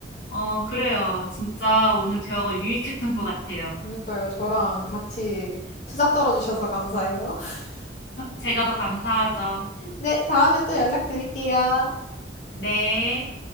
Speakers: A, on the left; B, on the left.
A: 어, 그래요. 진짜 오늘 대화가 유익했던 것 같아요.
B: 그러니까요, 저랑 같이 수다 떨어주셔서 감사해요. <laughs>
A: 제가 더 감사하죠.
B: 네, 다음에 또 연락드릴게요.
A: 네.